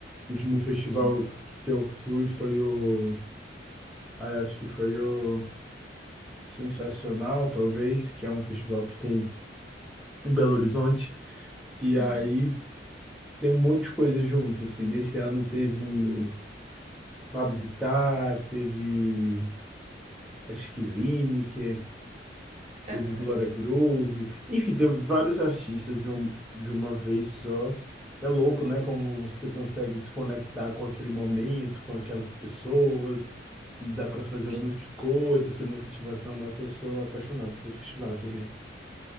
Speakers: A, in the centre; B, on the right.
A: O último festival
B: Sim.
A: que eu fui foi o. Ai, acho que foi o Sensacional, talvez, que é um festival que tem em Belo Horizonte. E
B: Uhum.
A: aí tem um monte de coisa junto, assim. Nesse ano teve. um Pablo Vittar, teve acho que Lineker,
B: Aham.
A: teve Glória Groove, enfim, teve vários artistas de, um, de uma vez só. É louco, né? Como você consegue se conectar com aquele momento, com aquelas pessoas, e dá para fazer
B: Sim.
A: um monte de coisa, ter muita ativação. Nossa, eu sou apaixonado por festival também.